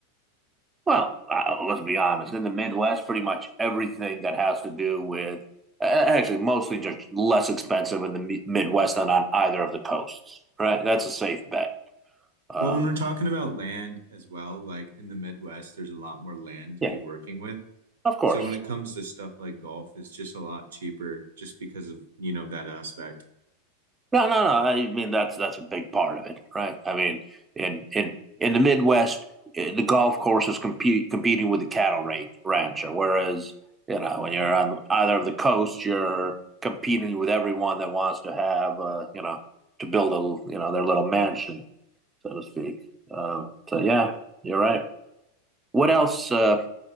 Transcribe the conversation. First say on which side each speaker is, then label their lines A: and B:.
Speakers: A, on the right; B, on the right.
A: well, uh, let's be honest. In the Midwest, pretty much everything that has to do with uh, actually mostly just less expensive in the mi- Midwest than on either of the coasts. Right. That's a safe bet. Um,
B: But when we're talking about land as well, like in the Midwest, there's a lot more land to
A: yeah,
B: be working with.
A: of course.
B: So when it comes to stuff like golf, it's just a lot cheaper just because of, you know, that aspect.
A: No, no, no. I mean that's that's a big part of it, right? I mean, in in in the Midwest, eh, the golf course is compete, competing with the cattle rancher, whereas you know when you're on either of the coasts, you're competing with everyone that wants to have uh, you know to build a you know their little mansion, so to speak. Um, so yeah, you're right. What else uh,